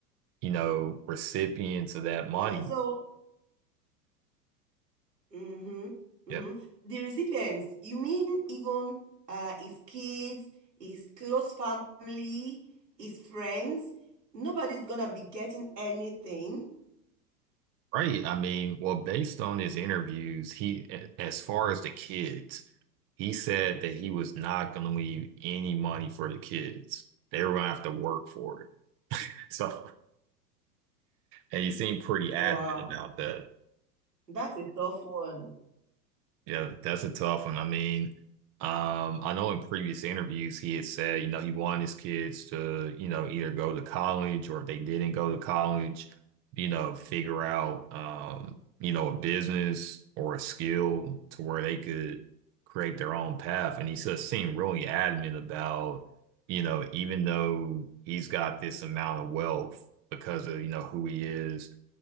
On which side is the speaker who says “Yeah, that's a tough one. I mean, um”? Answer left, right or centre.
Right